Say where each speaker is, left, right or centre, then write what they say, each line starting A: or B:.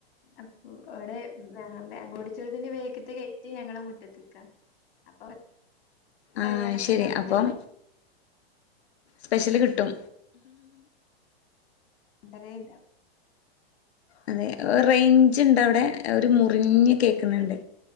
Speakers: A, on the left; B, on the left.
A: അപ്പൊ അവിടെ ആഹ് ബേ ഓടിച്ചോരത്തിന്റെ വേഗത്തെ ഗൈറ്റ് ഞങ്ങളെ മുറ്റത്തിക്കാ അപ്പൊ കല്യാണംഒക്കെ
B: ആഹ് ശരി
A: ഇണ്ടാവുമ്പോ
B: അപ്പം
A: ഞങ്ങളെ
B: സ്പെഷ്യല് കിട്ടും
A: ണ്ടരേണ്ട
B: അതെ റേഞ്ച് ഇണ്ടൊ അവിടെ ഒരു മുറിഞ്ഞ് കേക്കുന്നുണ്ട്